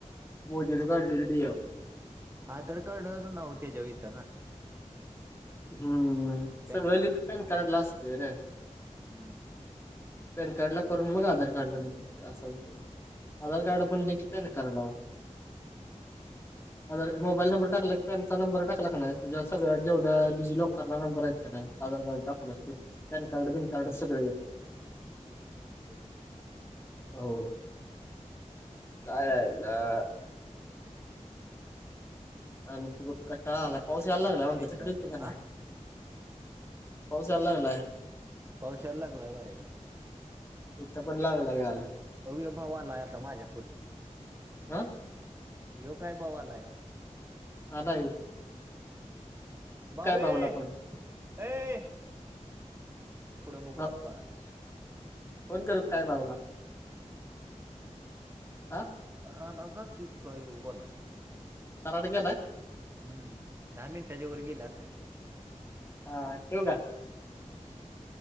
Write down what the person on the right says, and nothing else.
आंधार कार्ड चं नांव त्यांच्यावर येताना
पॅन
हम्मं....
हम्मं...
नऊ
त्रेचाळ
हा
पाऊस यांयला लागंला आहे बरे कां.
अव्य कायं भावांला आंता माझ्यां पुढं
यो कायं भावांला आहे..
भावे
अं
ए पुढं बघूंनचं
पळांला
रानांतचं टिपका येवलां
हम्मं दहा मिनिटांच्या वरं गेलांय
हम्मं..